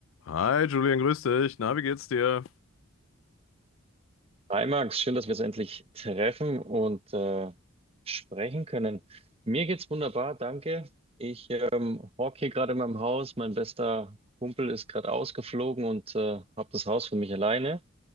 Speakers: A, on the left; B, on the right.
A: Hi Julian, grüß dich. Na, wie geht's dir?
B: Hi Max, schön, dass wir uns endlich treffen und äh, sprechen können. Mir geht's wunderbar, danke. Ich ähm, hocke hier gerade in meinem Haus. Mein bester Kumpel ist gerade ausgeflogen und äh, habe das Haus für mich alleine.